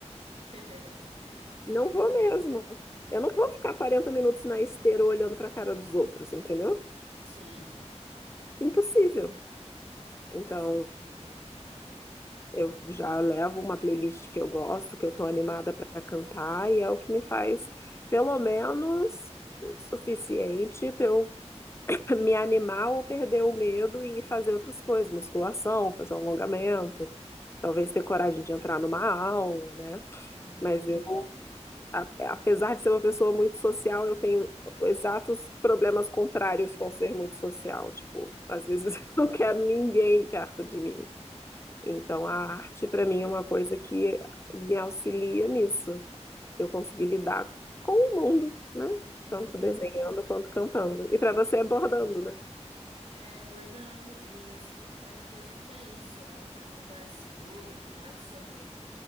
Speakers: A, on the right; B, on the left.
A: <laughs>
B: Não vou mesmo. Eu não vou ficar 40 minutos na esteira olhando pra cara dos outros, entendeu?
A: Sim,
B: Tipo, impossível. Então,
A: faz sentido.
B: Eu já levo uma playlist que eu gosto, que eu tô animada para cantar, e é o que me faz, pelo menos, o suficiente para eu <laughs> me animar ou perder o medo e fazer outras coisas, musculação, fazer um alongamento, talvez ter coragem de entrar numa aula, né?
A: Uhum,
B: Mas eu, a- apesar de ser uma pessoa muito social, eu tenho exatos problemas contrários com ser muito social. Tipo, às vezes <laughs> eu não quero ninguém perto de mim. Então, a arte, para mim, é uma coisa que me auxilia nisso. Eu consegui lidar com o mundo, né? Tanto
A: uhum.
B: desenhando quanto cantando. E para você é bordando, né?
A: É, bordando, e eu sinto que é uma coisa que é isso, é um, é um lugar seguro, que não é sobre.